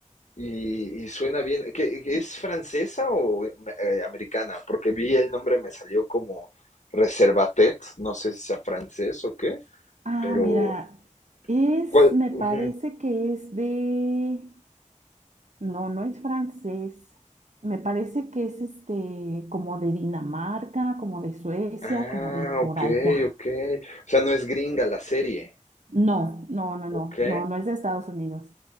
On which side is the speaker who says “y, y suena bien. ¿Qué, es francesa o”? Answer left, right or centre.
Left